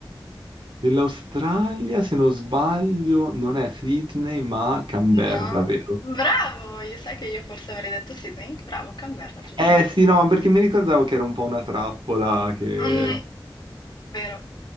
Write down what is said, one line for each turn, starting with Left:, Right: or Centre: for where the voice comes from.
Right: Dell'Australia, se non sbaglio, non è Sydney, ma Canberra,
Left: No,
Right: vero?
Left: bravo, io sai che io forse avrei detto Sydney? Bravo, Canberra, giusto.
Right: Eh sì, no, ma perché mi ricordavo che era un po' una trappola che...
Left: Mm, vero.